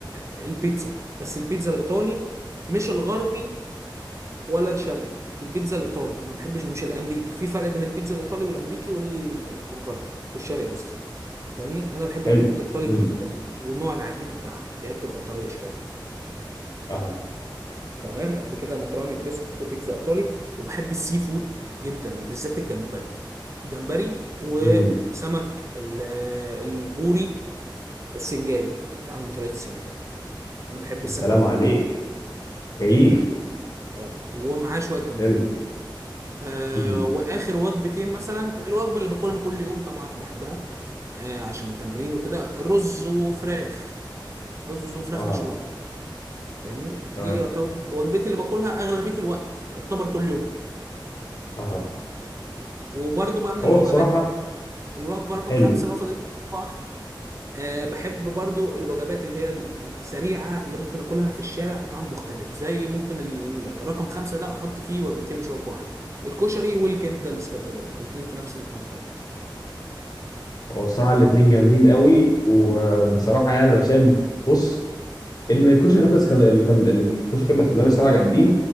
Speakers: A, on the right (about 35°); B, on the left (about 50°).
A: البيتزا بس البيتزا الايطالي مش الغربي ولا الشرقي البيتزا الايطالي ما بحبش مش الامريكي في فرق بين البيتزا الايطالي والامريكي وال- والغربي والشرقي قصدي فاهمني انا بحب
B: حلو
A: البيتزا الايطالي
B: مم.
A: جدا ونوع العجينه بتاعها اللي هي بتبقى طريه شويه
B: اه
A: تمام ادي كده مكرونه جريسكو بيتزا ايطالي وبحب السي فود جدا بالذات الجمبري الجمبري والسمك
B: مم.
A: ال- البوري السنجاري بيتعمل بطريقه السنجاري انا بحب السمك
B: السلام
A: البوري
B: عليك كيف
A: فاهمني اه ومعاه شويه جمبري
B: حلو
A: كده آه
B: مم.
A: واخر وجبتين مثلا الوجبه اللي باكلها كل يوم طبعا بحبها آه عشان التمرين وكده رز وفراخ رز وفراخ
B: اه
A: مشويه فاهمني
B: تمام
A: دي يعتبر وجبتي اللي باكلها اغلبيه الوقت يعتبر كل يوم
B: اه
A: وبرضو بقى من
B: هو
A: الوجبات
B: بصراحة
A: الوجبة رقم
B: حلو
A: خمسة بقى فاضل لي وجبة واحدة أه بحب برضو الوجبات اللي هي ال- السريعة اللي ممكن أكلها في الشارع بطعم مختلف زي ممكن ال- رقم خمسة ده أحط فيه وجبتين مش وجبة واحدة الكشري والكبدة الإسكندراني الاتنين في نفس المرتبة
B: هو بصراحة الاتنين جامدين قوي وبصراحة يعني أنا شايف بص إن الكشري كبدة اسكندرية اللي كان اللي- الكشري كبدة اسكندرية الصراحة جامدين